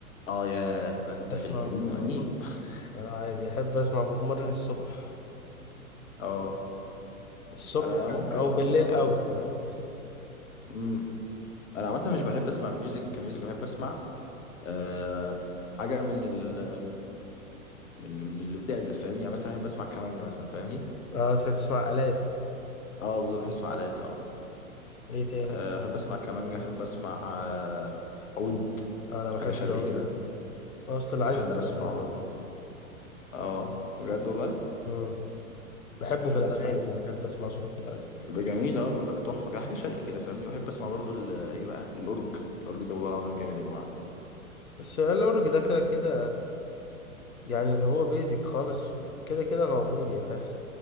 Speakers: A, on the left (about 65°); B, on the left (about 80°).
A: اه يا ده انت
B: أسمع
A: في القديم
B: بوب مارلي
A: وقديم <laughs>
B: أنا عادي أحب أسمع بوب مارلي الصبح
A: اه
B: الصبح
A: انا ممكن
B: أو
A: اه
B: بالليل
A: الصراحه
B: أوي
A: بس
B: فاهم؟
A: امم انا عامه مش بحب اسمع ميوزك كميوزك بحب اسمع أه حاجه من ال من من اللي بتعزف فاهمني يعني مثلا بحب اسمع كمانجه مثلا فاهمني
B: اه تحب تسمع آلات
A: اه بالظبط بحب اسمع آلات اه
B: إيه تاني
A: آه، احب اسمع كمانجا احب اسمع آه، عود
B: آه، أنا بحب
A: حاجه شرقي
B: العود
A: كده
B: جدا أصلا عايز
A: احب
B: أتعلم
A: اسمع برضه اه بجد والله
B: عود بحبه
A: احب
B: في الأغاني
A: اسمع ايه تاني
B: يعني بحب أسمع صوته في الأغاني
A: بيبقى جميل اه بيبقى تحفه كده حاجه شرقي كده فاهمني واحب اسمع برضه ال- ايه بقى الاورج الاورج ده والله العظيم جامد يا جماعه
B: بس الأورج ده كده كده يعني اللي هو بيزك خالص كده كده موجود يا فاهم